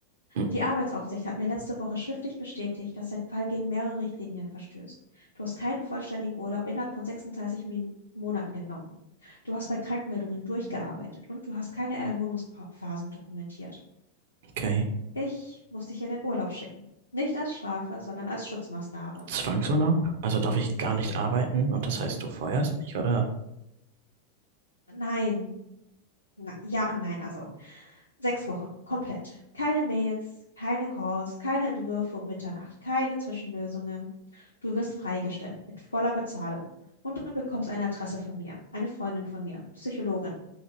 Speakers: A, on the right (about 55°); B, on the left (about 75°).
A: Hm,
B: Die Arbeitsaufsicht hat mir letzte Woche schriftlich bestätigt, dass dein Fall gegen mehrere Richtlinien verstößt. Du hast keinen vollständigen Urlaub innerhalb von 36 Min Monaten genommen. Du hast bei Krankmeldungen durchgearbeitet und du hast keine Erholungsphasen dokumentiert.
A: Okay.
B: Ich muss dich in den Urlaub schicken. Nicht als Strafe, sondern als Schutzmaßnahme.
A: Zwangsurlaub? Also darf ich gar nicht arbeiten und das heißt, du feuerst mich, oder?
B: Nein. Na, ja und nein, also. Sechs Wochen, komplett. Keine Mails, keine Calls, keine Entwürfe um Mitternacht, keine Zwischenlösungen. Du wirst freigestellt mit voller Bezahlung. Und du bekommst eine Adresse von mir, eine Freundin von mir, Psychologin.